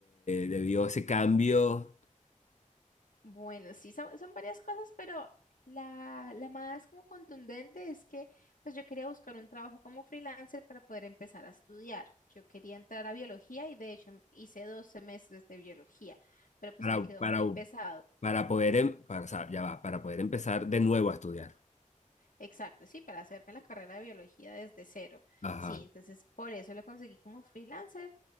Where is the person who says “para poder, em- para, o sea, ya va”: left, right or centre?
Left